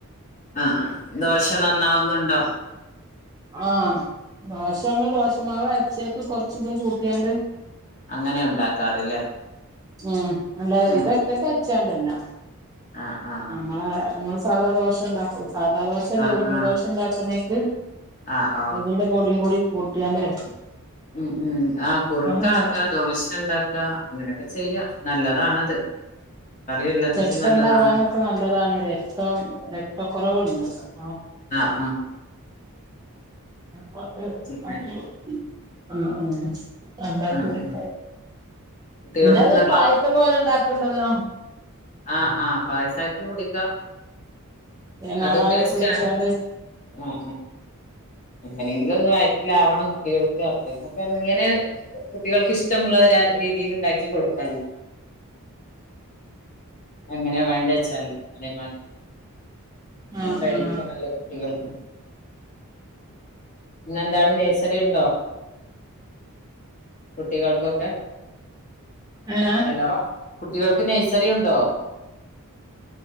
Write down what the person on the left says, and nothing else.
ആ ദോഷം നന്നാവുന്നുണ്ടോ
അങ്ങനെ ഉണ്ടാക്കാറില്ലേ
ഉം
ആഹ് ആഹ്
ആഹ്
ആഹ്
ആഹ്
ഉ ഉം ആ കുറുക്ക
ആക്ക ദോശ ഉണ്ടാക്ക അങ്ങനെയൊക്കെ ചെയ്യ ചെയ്യ നല്ലതാണത് കറി എല്ലാത്തക്കും
നല്ലതാണ്
ആ
കഴി
ആഹ്
ആഹ് കുട്ടികൾക്ക്ന്ന്
ആഹ ആഹ് പായസക്ക കുടിക്കാം.
അതും ടേസ്റ്റ്
ആാണ് ആആ എങ്ങനെങ്കിലും ഒന്ന് വ ലവണം കുട്ടികൾക്ക് അത്രയുംക്കെ ഇങ്ങനെ കുട്ടികൾക്ക് ഇഷ്ടമുള്ളീതി രീതിൽ ഉണ്ടാക്കി കൊടുക്കാലോ എങ്ങനെയ വേണ്ട വെച്ചാല് അതേമാതിരി. <unintelligible>
കുട്ടികൾക്ക് ഇന്നെന്താണ് നഴ്സറി ഉണ്ടോ കുട്ടികൾക്കൊക്കെ
ഹലോ കുട്ടികൾക്ക് നഴ്സറി ഉണ്ടോ?